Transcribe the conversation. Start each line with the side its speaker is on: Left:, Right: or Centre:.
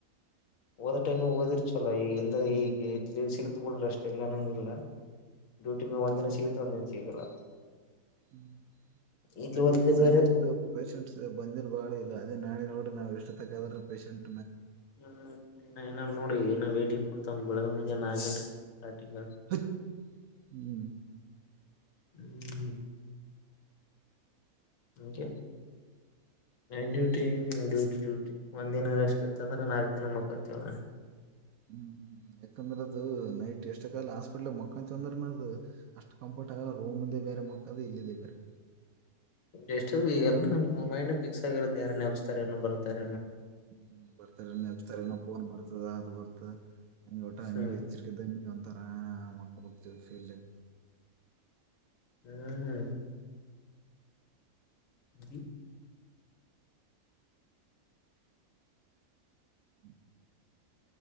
Left: ಓದ ೈಮ ಓದ ಈಗ ಇ ಸಿಗತ ಬಿಡ್ರಿ ಅಷ್ಟೆಲ್ಲ ನಂಗಗೆಿಲ್ಲ ಡ್ಯೂಟಿ ಮ ಒಂದ ದಿನ ಸಿಗುತ್ತೆ ಒಂದಿನ ಸಿಗಲ್ಲ
Right: ಹ್ಮ್
Left: ಇಲ್ಲಿ
Right: ಅದ
Left: ಓದಿದೆ
Right: ಇವತ್ತು ಸಂಡೆ
Left: ಬೇರೆ
Right: ಇತ್ತು ಪೇಶೆಂಟ್ಸ್ ಬಂದಿರ ಬಾಳ ಇಲ್ಲ ಅದೇ ನಾಳೆ ನೋಡ್ರ ನಾ ಇಷ್ಟ ತಕ್ಕಾದ್ರ ಪೇಶಂಟ್
Left: ಹ್ಮ್ ಏನ ನೋಡಿ ಏನ ವೇಟಿಂಗ್ ಕುಂತ ಇಳಗ ಮುಂಜ ನಾಕಂಡ ಕಟಿಂಗ
Right: ಹಚ್. ಹ್ಮ್
Left: ಹ್ಮ್ ಹಗೆ
Right: ಹ
Left: ನೈನ್ ಡೂಟ ಡೂಟಿ ಡ್ಯೂಟಿ ಒಂದ್ಿನ ರೆಸ್ಟ್ ಇರ್ತದ್ರ ನಾಲ್ಕಕ್ ದಿನ ಮುಕ್ಕೊತವ
Right: ಹ್ಮ್ ಯಾಕಂದ್ರೆ ಅದು ನೈಟ್ ಎಷ್ಟ ಕಾಲಲ್ಲ ಹಾಸ್ಪಿಟ್ಲ್ ಮಕ್ಕಂತಂದ್ರ ಅದು ಅಷ್ಟ್ ಕಂಫರ್ಟ್ ಆಗಲ್ಲ ರೂಮಂದ ಬೇರೆ ಮಕ್ಕಾಾದ ಇಲ್ಲಿದೆ ಇವರು
Left: ಎಷ್ಟುಲ್ಲ ಮೈಂಡ ಫಿಕ್ಸ್ ಆಗಿರೋದು ಯಾರ ನೆಪಸ್ತಾರ ಬಲ್ತಾರ
Right: ಹ್ಮ ಬರ್ತ ನೆಪ್ಸ್ತಾರೆನ ಫೋನ್ ಬರ್ತದ ಅದು ಬರ್ತದ ಹಂಗ ಊಟ ಹಂಗ
Left: ಹ್ಮ್
Right: ಹೆಚ್ಚರಿಕಿದ್ದ ಒಂಥರಾನ ಮಕ್ಕ ಕೊಡ್ತವಿ ಫೀಲ್ಡ್
Left: ಹ್ಮ್ ಹ್ಮ್ ಹ
Right: ಹ್ಮ